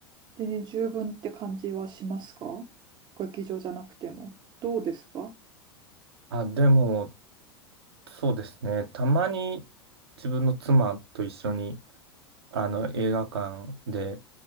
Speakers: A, on the right; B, on the right.
A: 全然十分って感じはしますか劇場じゃなくても。どうですか
B: あ、でも、そうですね。たまに自分の妻と一緒にあの、映画館で